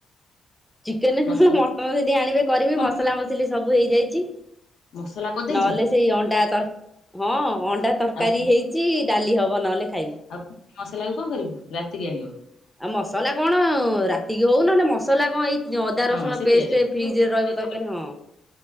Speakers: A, in the centre; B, on the left.
A: ଚିକେନ ନୁହୁ
B: ମସଲା
A: ମଟନ ଜଦି ଆଣିବେ କରିବି
B: ଓହୋ
A: ମସଲା ମସଲି ସବୁ ହେଇଯାଇଚି
B: ମସଲା କରିଦେଇଛୁ
A: ନହେଲେ ସେଇ ଅଣ୍ଡା ତର ହଁ ଅଣ୍ଡ ଡା ତରକାରୀ
B: ଆଉ
A: ହେଇଚି ଡାଲି ହବ ନହେଲେ ଖାଇବୁ।
B: ଆଉ ମସଲାକୁ କଣ କରିବୁ ରାତିକି ଆଣିବ
A: ଆଉ ମସଲା କଣ ରାତିକି ହଉ ନହେଲେ ମସଲା କଣ ଏଇ ଅଦା ରସୁଣ
B: ହଁ ସେ
A: ପେଷ୍ଟ
B: ପିଆଜ
A: ଫ୍ରିଜରେ
B: ସେଇଟା
A: ରହିବ ତରକାରୀ ହଁ